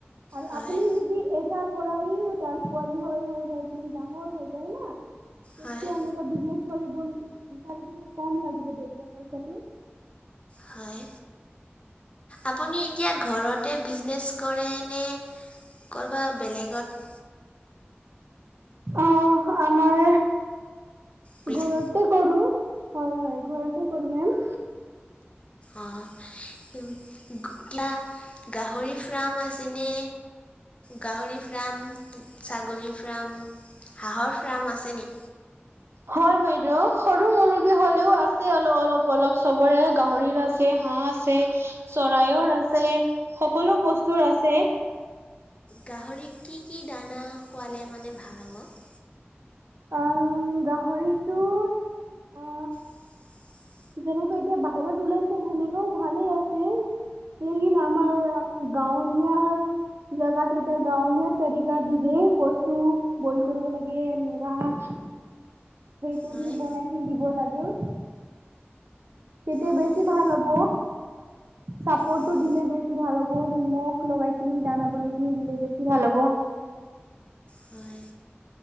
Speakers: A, on the right; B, on the left.
A: আৰু
B: হয়,
A: আপুনি যদি এটাৰ পৰাইও তাৰ পোৱালি হয় হয় হয় যদি ডাঙৰ হৈ যায় না তেতিয়া
B: হয়,
A: এনেকা বিজনেচ কৰিব বিচাৰলে কম লাগিব তেতিয়া পইচাটো।
B: হয়। আপুনি এতিয়া ঘৰতে বিজনেছ কৰে নে ক'ৰবাত বেলেগত
A: অ' আমাৰ
B: কৰিছে?
A: ঘৰত <inaudible> কৰোঁ, হয় হয় ঘৰতে কৰোঁ মেম।
B: অ'। <unintelligible> গাহৰি ফাৰ্ম আছে নে? গাহৰি ফাৰ্ম, ছাগলী ফাৰ্ম, হাঁহৰ ফাৰ্ম আছে নি?
A: হয় বাইদেউ সৰু মৰুকে হ'লেও আছে অলপ অলপ অলপ চবৰে গাহৰিৰ আছ আছে হাঁহ আছে, চৰাইৰ আছে সকলো বস্তুৰ আছে।
B: গাহৰিক কি কি দানা খোৱালে মানে ভাল হ'ব?
A: আহ, গাহৰিটো অ'।
B: <inaudible>
A: যেনেকৈ এতিয়া বাহিৰত ওলাইছে সেনেকাও ভালে আছে। লেকিন আমাৰ গাঁৱলীয়াৰ জাগাত এতিয়া গাঁৱলীয়া তাৰিকা দিলে কচু বইল কৰিব লাগে। আহ সেইটো
B: হয়,
A: দি বনাই কিনি দিব লাগে। তেতিয়া
B: অ',
A: বেছি ভাল হ'ব। চাপৰটো
B: উম,
A: দিলে বেছি ভাল হ'ব নিমখ লগাই কিনি দানা বনাই কিনি দিলে বেছি ভাল হ'ব।
B: হয়।